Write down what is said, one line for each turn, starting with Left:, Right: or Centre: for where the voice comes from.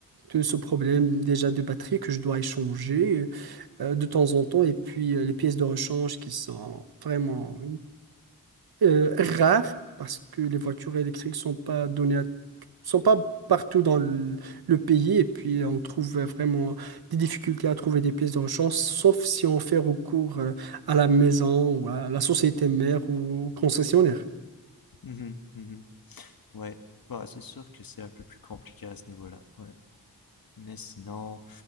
Right: de ce problème déjà de batterie que je dois échanger euh, de temps en temps et puis euh, les pièces de rechange qui sont vraiment euh, rare parce que les voitures électriques sont pas données à- sont pas partout dans le, le pays et puis on trouve vraiment des difficultés à trouver des pièces de rechange, sauf si on fait recours euh, à la maison ou à la société mère ou au concessionnaire.
Left: mhm, mhm. Ouais, bah, c'est sûr que c'est un peu plus compliqué à ce niveau-là. Ouais. Mais sinon,